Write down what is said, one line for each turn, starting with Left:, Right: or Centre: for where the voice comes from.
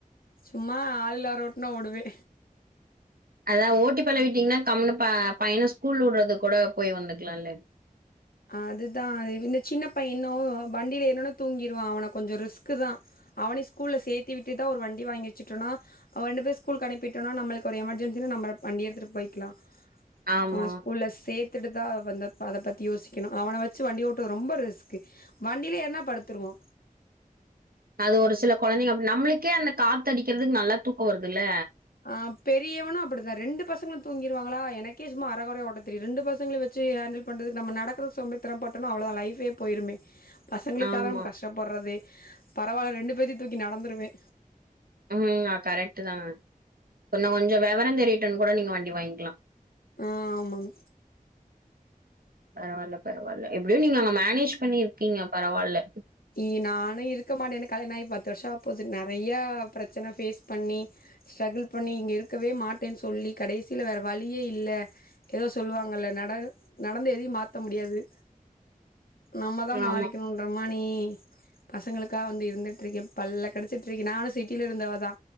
Left: சும்மா ஆள் இல்லா ரோட்னா ஓடுவே
Right: அதா ஓட்டி பழவிட்டீங்ன்னா கம்முனு ப பையனா ஸ்கூல்ல உட்றது கூட போய் வந்துக்லால்ல
Left: அதுதா அது இந்த சின்ன பைய இன்னு வண்டில ஏர்னொன்ன தூங்கிருவா அவன கொஞ்சொ ரிஸ்கு தா அவனையு ஸ்கூல்ல சேத்தி விட்டுதா ஒரு வண்டி வாங்கிர்ச்சுட்டோனா அவ ரெண்டு பேர் ஸ்கூல்க்கனுப்பிட்டோனா நம்ளுக்கு ஒரு எமர்ஜென்சி நம்மளப் வண்டியெடுத்துட்டு போய்க்கலா
Right: ஆமா
Left: அவன ஸ்கூல்ல சேத்துட்டு தா வந்து அத பத் தி யோசிக்கணு அவன வச்சு வண்டி ஓட்டு ரொம்ப ரிஸ்கு வண்டில ஏறுன படுத்துருவா
Right: அது ஒரு சில கொழந்தைங்க அப்டி நம்ளுக்கே அந்த காத்தடிக்கிறதுக்கு நல்லா தூக்கோ வருதுல்ல
Left: ஆஹ் பெரியவனு அப்புடிதா ரெண்டு பசங்களு தூங்கிருவாங்களா எனக் கே சும்மா அர கொறய ஓட்ட தெரியு ரெண்டுபசங்களயு வெச்சு ஹேண்டில் பண்றது நம்ம நடக்கரக்கு சோம்பேறி தனோபட்டோனா அவ்ளதா லைஃபே போயிருமே பசங்களுக்காக
Right: ஆமா
Left: தா நம்ம கஷ்டப்படுறதே பரவால்ல ரெண்டு பேத்தயு தூக்கி நடந்துருவே
Right: ம் ஆ கரெக்ட்டுதா உன்ன கொஞ்சொ வெவரந்தெரியட்டன் கூட நீங்க வண்டி வாய்ங்க்கலா
Left: ஆ ஆமாங்
Right: பரவால்ல பரவால்ல எப்டியு நீங்க அங்க மேனேஜ் பண்ணிருக்கீங்க பரவால்ல
Left: இ நானு இருக்க மாட்டே எனக் கல்யாணாயி பத்து வருஷோ ஆப் போது நறையா ப்ரெச்சன ஃபேஸ் பண்ணி ஸ்ட்ரகுள் பண்ணி இங்க இருக்கவே மாட்டேன் சொல்லி கடைசில வேற வழியே இல்ல எதோ சொல்லுவாங்கல்ல நட் அ நடந்த எதையு மாத்த முடியாது நம்ம தா மாறிக்கணுன்ற
Right: ஆமா.
Left: மா நீ இ பசங்களுக்கா வந்து இருந்துட்ருக்கே பல்ல கடிச்சிட்ருக்கே நானு சிட்டில இருந்தவதா